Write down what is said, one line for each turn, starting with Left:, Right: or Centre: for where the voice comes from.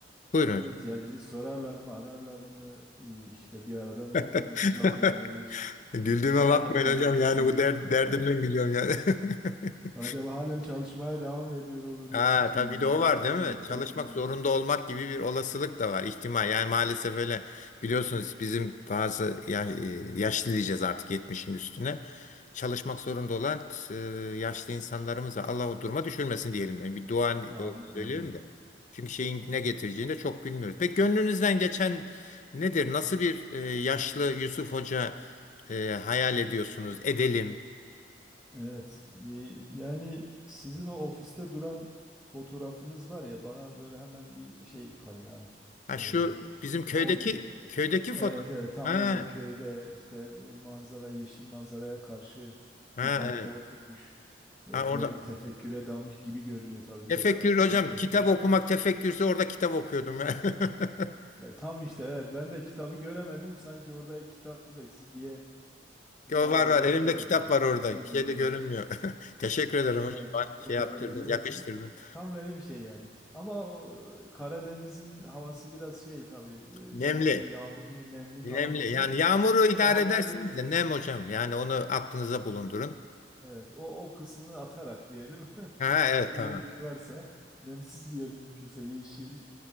Left: Buyurun
Centre: evet
Left: hocam.
Centre: ya bizi sorarlar mı ararlar mı E, işte bir arada mı oluruz
Left: <laughs>
Centre: uzak mı oluruz
Left: Güldüğüme
Centre: onları
Left: bakmayın
Centre: önce
Left: hocam
Centre: bir düşünüyorum.
Left: yani bu der,
Centre: <laughs>
Left: derdimden gülüyorum yani. <laughs>
Centre: Acaba halen çalışmaya devam mı ediyor oluruz
Left: Ha,
Centre: E,
Left: tabii bir de o
Centre: ya
Left: var
Centre: da ne
Left: değil mi?
Centre: bileyim kendimiz.
Left: Çalışmak zorunda olmak gibi bir olasılık da var, ihtimal. Yani maalesef öyle biliyorsunuz bizim bazı ya, e, yaşlı diyeceğiz artık yetmişin üstüne. Çalışmak zorunda olan e, yaşlı insanlarımıza Allah o duruma düşürmesin diyelim. Yani bir dua
Centre: Amin amin.
Left: söylüyorum da. Çünkü şeyin ne getireceğini de çok bilmiyoruz. Peki gönlünüzden geçen nedir? Nasıl bir e, yaşlı Yusuf Hoca e, hayal ediyorsunuz? Edelim.
Centre: Evet. y- Yani sizin o ofiste duran fotoğrafınız var ya bana böyle hemen bir şey kaynağı.
Left: Ha
Centre: Ee,
Left: şu bizim köydeki
Centre: o da
Left: köydeki
Centre: evet
Left: foto.
Centre: evet tam
Left: Ha
Centre: böyle köyde işte e, manzara yeşil manzaraya karşı
Left: Ha,
Centre: bir bankta
Left: evet.
Centre: oturmuş e,
Left: Ha, orada
Centre: derin tefekküre dalmış gibi görünüyor tabii
Left: tefekkür
Centre: biraz arkadan
Left: hocam
Centre: görünüyor.
Left: kitap okumak tefekkürse orada kitap okuyordum. <laughs>
Centre: E, tam işte evet ben de kitabı göremedim sanki orada kitap eksik diye
Left: O
Centre: tabloya
Left: var var elimde
Centre: kitap
Left: kitap
Centre: ekleyecektim
Left: var orada
Centre: kendi zihnimde.
Left: Şey de görünmüyor. <laughs> Teşekkür ederim
Centre: Evet,
Left: hocam Bana
Centre: ç- çok
Left: şey yaptırdın
Centre: belli, belli
Left: yakıştırdın.
Centre: olmuyor. Tam benim şey yani. Ama o e, Karadeniz'in havası biraz şey tabii
Left: Nemli
Centre: e, genelde yağmurlu, nemli
Left: nemli
Centre: falan oluyor.
Left: yani yağmuru idare
Centre: O havayı
Left: edersiniz de nem hocam yani onu aklınıza bulundurun.
Centre: evet o o kısmını atarak diyelim <laughs>
Left: Ha evet
Centre: öyle
Left: tamam.
Centre: bir yer varsa nemsiz bir yer mümkünse yeşil,